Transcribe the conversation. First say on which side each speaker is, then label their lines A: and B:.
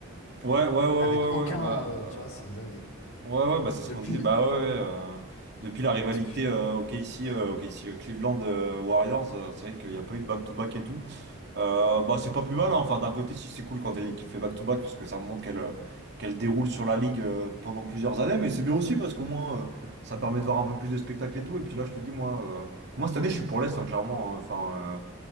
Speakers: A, on the right (about 50°); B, on the left (about 80°).
A: ouais, ouais, ouais, ouais,
B: Avec aucun,
A: ouais, bah,
B: euh, tu vois, c'est une dinguerie.
A: euh, ouais, ouais, bah, c'est ce
B: Depuis,
A: qu'on disait. Bah ouais, ouais, euh, depuis la rivalité
B: depuis-
A: euh, OKC, euh, OKC, euh, Cleveland euh, Warriors, euh, c'est vrai qu'il n'y a pas eu de back-to-back et tout. Euh, bah, c'est pas plus mal, hein. Enfin, d'un côté, si c'est cool quand t'as une équipe fait back-to-back, parce que ça montre qu'elle euh, qu'elle déroule sur la ligue euh, pendant plusieurs années, mais c'est bien aussi parce qu'au moins euh, ça permet de voir un peu plus de spectacles et tout. Et puis là, je te dis, moi, euh, moi cette année, je suis pour l'Est, hein, clairement. hein. Enfin,